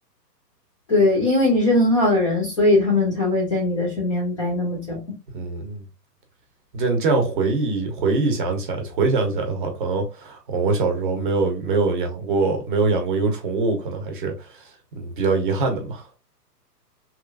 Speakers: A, on the left; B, on the right.
A: 对，因为你是很好的人，所以他们才会在你的身边待那么久。
B: 嗯，这样这样回忆回忆想起来回想起来的话，可能呃我小时候没有没有养过没有养过一个宠物，可能还是嗯比较遗憾的嘛，